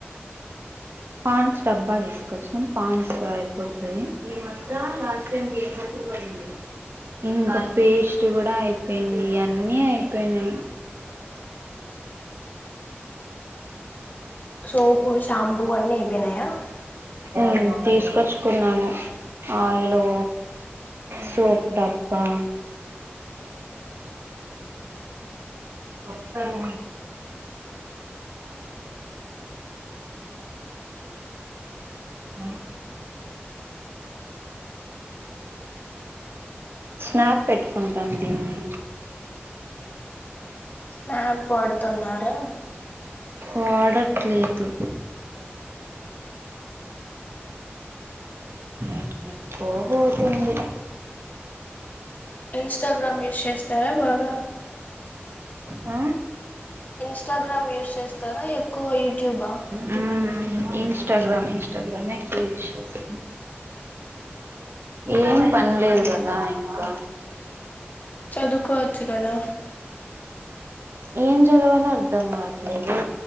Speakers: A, on the right; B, on the left.
A: పాండ్స్ డబ్బా తీసుకొచ్చిన పాండ్స్ అయిపోతే లాస్ట్ టైం గతు పడి <unintelligible> ఇంకా పేస్ట్ కూడా అయిపోయింది అన్నీ అయిపోయినాయి <inaudible>
B: సోపు షాంపూ అన్నీ అయిపోయినాయా
A: మ్మ్ తీసుకొచ్చుకున్నాను ఆయిలు సోప్ డబ్బా వస్తారు. మ్మ్ స్నాప్ పెట్టుకుంటాను దీన్ని
B: స్నాప్ వాడుతున్నారా
A: వాడట్లేదు ఎక్కడికో పోతుంది
B: ఇన్స్టాగ్రామ్ యూస్ చేస్తారా బాగా
A: ఆ
B: ఇన్స్టాగ్రామ్ యూస్ చేస్తారా ఎక్కువ యూట్యూబా
A: మ్మ్. ఇన్స్టాగ్రామ్ ఇన్స్టాగ్రామె ఎక్కువ యూస్ చేస్తాను ఏం పన్లేదు ఇగ ఇంకా
B: చదువుకోవచ్చు కదా
A: ఏం చదవాలో అర్థం కాట్లేదే